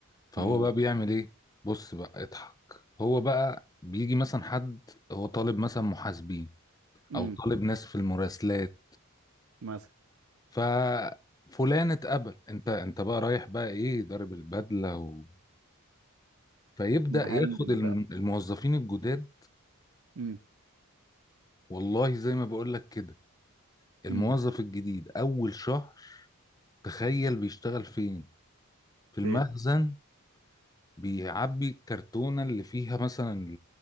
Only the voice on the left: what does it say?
فهو
بقى بيعمل ايه بص بقى اضحك هو بقى بيجي مثلا حد هو طالب مثلا محاسبين
او طالب ناس في المراسلات
ففلان اتقبل انت انت بقى رايح بقى ايه ضارب البدلة و... فيبدأ
ياخد الم-
الموظفين الجداد
والله زي ما بقول لك كده الموظف
الجديد اول شهر تخيل بيشتغل فين في المخزن
بيعبي الكرتونة اللي فيها مثلا